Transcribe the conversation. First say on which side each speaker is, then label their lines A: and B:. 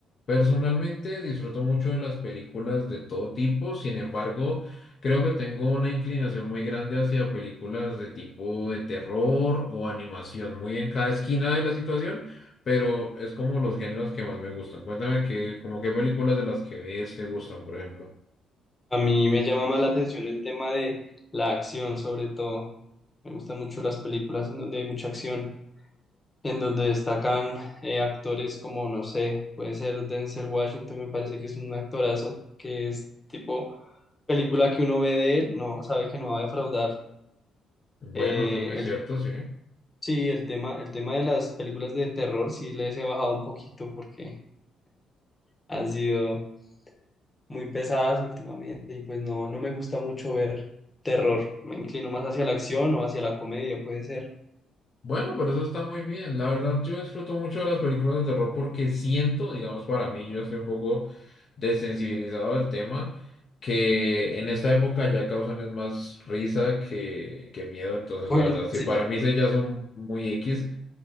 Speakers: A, on the left; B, on the left.
A: Personalmente disfruto mucho de las películas de todo tipo, sin embargo, creo que tengo una inclinación muy grande hacia películas de tipo de terror o animación, muy en cada esquina de la situación, pero es como los géneros que más me gustan. Cuéntame que, como qué películas de las que ves te gustan, por ejemplo.
B: A mí me llama más la atención el tema de la acción, sobre todo. Me gustan mucho las películas en donde hay mucha acción, en donde destacan eh, actores como, no sé, puede ser Denzel Washington, me parece que es un actorazo, que es tipo película que uno ve de él, no sabe que no va a defraudar.
A: Bueno,
B: Eh,
A: eso es muy
B: el,
A: cierto, sí.
B: sí, el tema, el tema de las películas de terror sí les he bajado un poquito porque han sido muy pesadas últimamente y pues no, no me gusta mucho ver terror. Me inclino más hacia la acción o hacia la comedia, puede ser.
A: Bueno, pero eso está muy bien. La verdad, yo disfruto mucho de las películas de terror porque siento, digamos, para mí, yo estoy un poco desensibilizado del tema, que en esta época ya causan es más risa que, que miedo. Entonces,
B: Bueno,
A: la verdad, sí,
B: sí,
A: para mí sí ya son muy X.